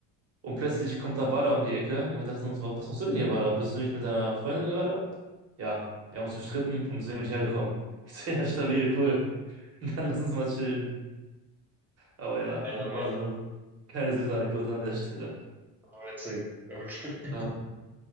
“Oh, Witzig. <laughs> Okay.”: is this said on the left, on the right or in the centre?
Centre